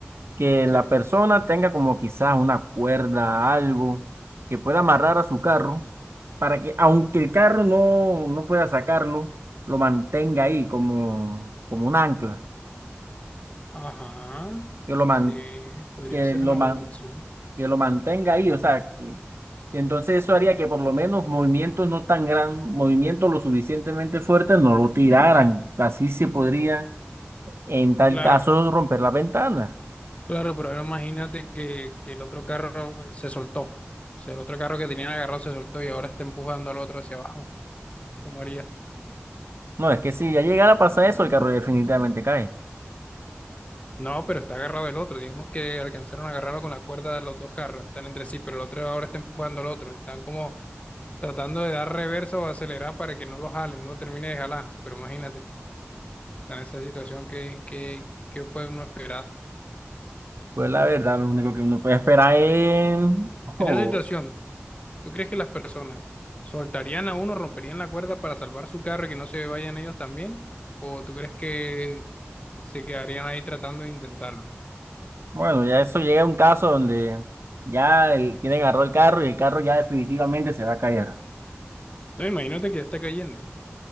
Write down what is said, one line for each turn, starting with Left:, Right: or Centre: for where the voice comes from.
Right: que
Left: Sí.
Right: la persona tenga como quizás una cuerda, algo que pueda amarrar a su carro para que aunque el carro no, no pueda sacarlo, lo mantenga ahí como, como un ancla,
Left: Ajá.
Right: que lo, man-
Left: Sí, podría
Right: que
Left: ser
Right: lo,
Left: una
Right: man-
Left: buena opción.
Right: que lo mantenga ahí, o sea, que, que entonces eso haría que por lo menos movimientos no tan gran, movimientos lo suficientemente fuertes no
Left: <clears throat>
Right: lo tiraran, así se podría en tal
Left: Claro,
Right: caso romper la ventana.
Left: claro, pero ahora imagínate que, que el otro carro eh, se soltó. O sea, el otro carro que tenían agarrado se soltó y ahora está empujando al otro hacia abajo. ¿Cómo haría?
Right: No, es que si ya llegara a pasar
Left: <clears throat>
Right: eso, el carro definitivamente cae.
Left: No, pero está agarrado el otro. Digamos que alcanzaron a agarrarlo con la cuerda de los dos carros. Están entre sí, pero el otro ahora está empujando al otro. Están como tratando de dar reversa o acelerar para que no lo jalen, no lo termine de jalar. Pero imagínate, o sea, en esa situación, ¿qué, qué, qué puede uno esperar?
Right: Pues la verdad, lo único que uno puede esperar es, oh,
Left: En esa situación, ¿Tú crees que las personas soltarían a uno, romperían la cuerda para salvar su carro y que no se vayan ellos también? ¿O tú crees que se quedarían ahí tratando de intentarlo?
Right: bueno, ya eso llega a un caso donde ya el, quien agarró el carro y el carro ya definitivamente se va a caer.
Left: Entonces imagínate que ya está cayendo.